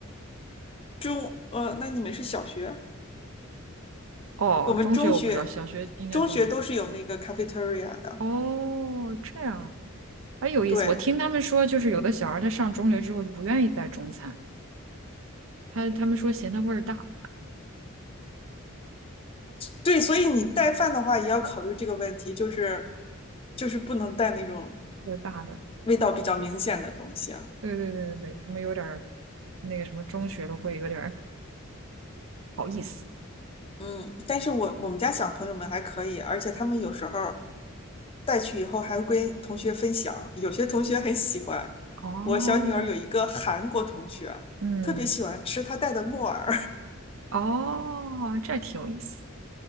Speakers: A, on the left (about 25°); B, on the right (about 65°).
A: 中，呃，那你们是小学？
B: 哦，
A: 我们中学
B: 中学我不知道，小学应该都没有。
A: 中学都是有那个 cafeteria 的，
B: 哦，这样还哎，有意思。
A: 对
B: 我听他们说，就是有的小孩儿他上中学之后就不愿意带中餐，他他们说嫌它味儿大，
A: 对，所以你带饭的话也要考虑这个问题，就是就是不能带那种
B: 味儿大的。
A: 味道比较明显的东西啊。
B: 对对对对对，他们有点儿那个什么，中学的会有点儿不好意思。
A: 嗯，但是我我们家小朋友们还可以，而且他们有时候带去以后还会跟同学分享，有些同学很喜欢。
B: 哦，
A: 我小女儿有一个 <laughs> 韩国同学，
B: 嗯，
A: 特别喜欢吃她带的木耳，
B: 哦，这挺有意思，